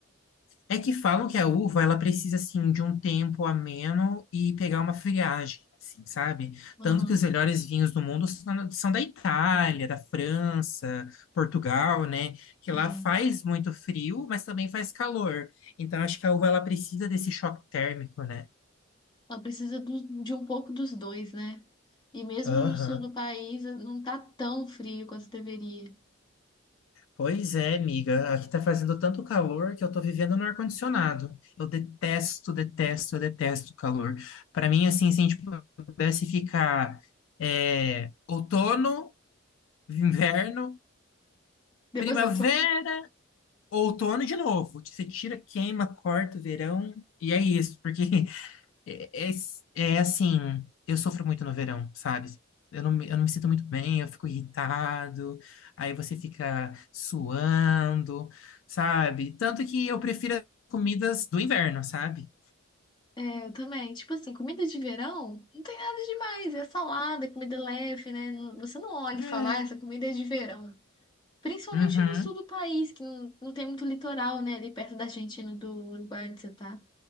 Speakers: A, on the left; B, on the left.
A: É que falam que a uva, ela precisa, assim, de um tempo ameno e pegar uma friagem, assim, sabe?
B: Aham,
A: Tanto que os melhores vinhos do mundo são são da Itália, da França, Portugal, né? Que lá
B: é.
A: faz muito frio, mas também faz calor. Então, acho que a uva, ela precisa desse choque térmico, né?
B: Ela precisa do- de um pouco dos dois, né? E mesmo
A: Aham.
B: no sul do país, não tá tão frio quanto deveria.
A: Pois é, amiga. Aqui tá fazendo tanto calor que eu tô vivendo no ar-condicionado. Eu detesto, detesto, eu detesto calor. Para mim, assim, se a gente pudesse ficar é, outono, inverno,
B: Depois
A: primavera,
B: voltou.
A: outono de novo. Você tira, queima, corta o verão e é isso. Porque <laughs> É, é, é assim, eu sofro muito no verão, sabe? Eu não, me- eu não me sinto muito bem, eu fico irritado, aí você fica suando, sabe? Tanto que eu prefiro as comidas do inverno, sabe?
B: É, eu também. Tipo assim, comida de verão não tem nada demais. É salada, é comida leve, né? Não- Você não olha
A: É.
B: e fala, "Ah, essa comida é de verão. Principalmente
A: Uhum,
B: no sul do país, que não, não tem muito litoral, né? Ali perto da Argentina, do Uruguai, onde você tá.